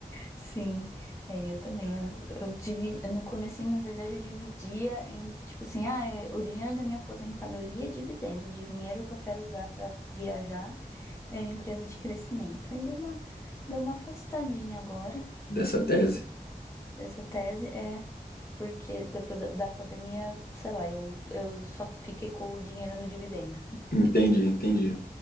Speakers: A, on the left; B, on the left.
A: Sim, é, eu também. Eu, eu dividi, no comecinho, na verdade, eu dividia entre, tipo assim, ah, é, o dinheiro da minha aposentadoria é dividendo, o dinheiro que eu quero usar pra viajar era empresa de crescimento. Aí deu uma, deu uma afastadinha agora,
B: dessa
A: hum,
B: tese.
A: dessa tese. é, Porque depois da da pandemia, sei lá, eu, eu só fiquei com o dinheiro no dividendo. <laughs>
B: Entendi, entendi.